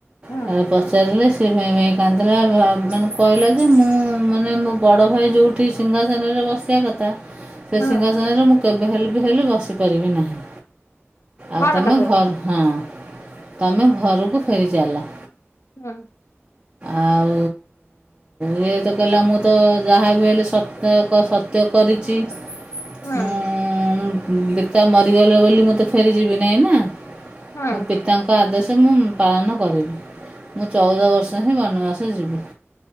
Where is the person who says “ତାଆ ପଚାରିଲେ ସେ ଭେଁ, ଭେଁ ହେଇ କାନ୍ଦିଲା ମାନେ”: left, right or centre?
Right